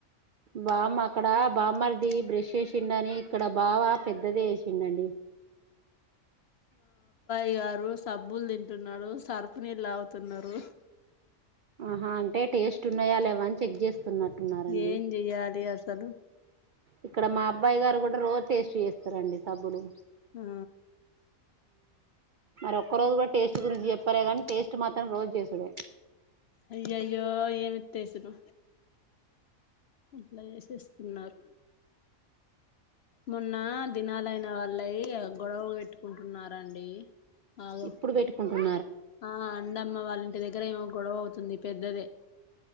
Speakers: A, on the right; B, on the left.
A: బామ్ అక్కడ బామ్మర్ది బ్రెష్ చేసిండని ఇక్కడ బావ పెద్దది ఎసిండండి
B: ఇగారు సబ్బులు తింటున్నాడు సర్ఫ్ నీళ్ళు తాగుతున్నారు
A: ఆహా అంటే టేస్ట్ ఉన్నాయా లేవా అని చెక్ చేస్తున్నట్టున్నరండి.
B: ఏం చెయ్యాలి అసలు
A: ఇక్కడ మా అబ్బాయి గారు కూడా రోజు టేస్ట్ చేస్తారండి సబ్బులు
B: ఆ
A: మరి ఒక్క రోజు కూడా టేస్ట్ గురించి చెప్పలేే గానీ టేస్ట్ మాత్రం రోజు చేసుడే
B: అయ్య అయ్యో ఏమితేసుడు అట్లా చేసేస్తున్నారు మొన్న దినాల చిన్న వాళ్ళ గొడవలు పెట్టుకుంటున్నారండి ఆగ
A: ఇప్పుడు బెట్టుకుంటుంన్
B: ఆ అండమ్మా వాళ్ళ ఇంటి దగ్గర ఏమో గొడవ అవుతుంది పెద్దదే